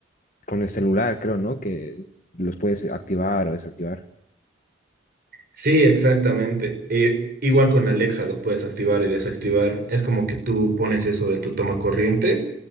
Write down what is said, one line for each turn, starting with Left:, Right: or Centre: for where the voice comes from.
Left: con el celular, creo, ¿no? Que los puedes activar o desactivar.
Right: Sí, exactamente. Eh, igual con Alexa los puedes activar y desactivar. Es como que tú pones eso en tu toma corriente